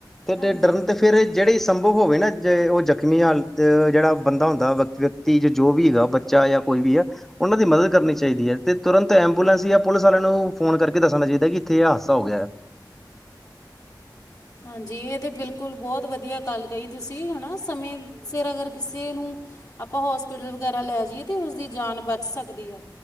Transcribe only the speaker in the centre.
ਤੇ
ਡਰਨ ਤੇ ਫਿਰ ਇਹ ਜਿਹੜੀ ਸੰਭਵ ਹੋਵੇ ਨਾ, ਜੇ ਉਹ ਜ਼ਖ਼ਮੀ ਹਾਲਤ ਜਿਹੜਾ ਬੰਦਾ ਹੁੰਦਾ ਵ ਧੀ, ਜੋ ਵੀ ਹੈਗਾ। ਬੱਚਾ ਜਾਂ ਕੋਈ ਵੀ ਐ। ਉਨ੍ਹਾਂ ਦੀ ਮਦਦ ਕਰਨੀ ਚਾਹੀਦੀ ਐ ਤੇ ਤੁਰੰਤ ਐਂਬੂਲੈਂਸ ਜਾਂ ਪੁਲਿਸ ਵਾਲੇ ਨੂੰ ਫੋਨ ਕਰਕੇ ਦੱਸਣਾ ਚਹੀਦੈ, ਕਿ ਇੱਥੇ ਏ ਹਾਦਸਾ ਹੋ ਗਿਆ ਐ।